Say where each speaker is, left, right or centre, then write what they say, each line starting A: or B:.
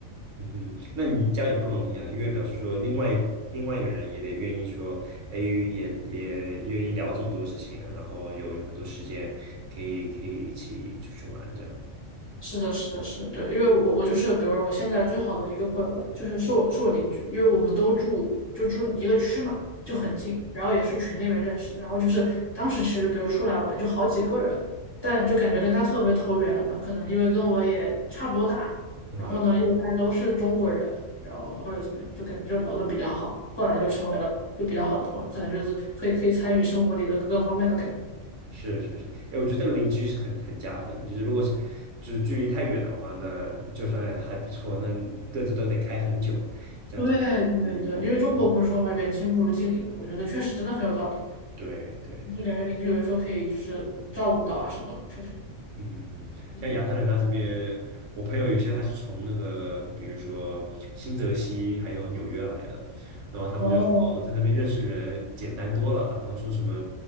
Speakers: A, on the right; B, on the left.
A: 嗯哼，那你这样也不容易啊，因为表示说另外一另外一个人也得愿意说，哎，也也愿意聊这么多事情啊然后有有很多时间可以可以一起出去玩这样。
B: 是的，是的，是的，对，因为我我就是，比如说我现在最好的一个朋友吧，就是是我是我邻居，因为我们都住就住一个区嘛，就很近，然后也是群里面认识然后就是当时其实比如出来玩就好几个人，但就感觉跟他特别投缘嘛，可能因为跟我也差不多大，
A: 嗯哼，
B: 然后呢又大家都是中国人，然后或者怎么样，就感觉就聊得比较好，后来就成为了就比较好的朋友，
A: 是
B: 可能就是可以可以参与生活里的各个方面的感觉。
A: 是是是，哎，我觉得这个邻居是很很加分的，就是如果是就是距离太远的话，那就算还不错，那各自都得开很久，这样子会也也也会，
B: 对对对，因为中国不是说嘛，远亲不如近邻嘛，我觉得确实真的很有道理。
A: 对对。
B: 就感觉邻居有的时候可以就是照顾到啊什么的确实。
A: 嗯，
B: 嗯
A: 像亚特兰大这边，我朋友有些他是从那个，比如说新泽西还有纽约来的，然后他们就说在那边认识人简单多了，
B: 哦，
A: 然后说什么，